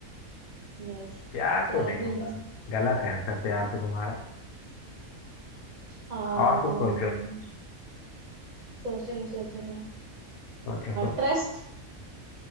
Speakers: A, on the right; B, on the left.
A: यस
B: प्यार
A: त्याल
B: तो नहीं
A: भी
B: होगा
A: नहीं
B: गलत है आंसर प्यार तो तुम्हारा
A: um,
B: और कुछ सोचो
A: सोचना सोचना
B: सोचो सोचो
A: Trust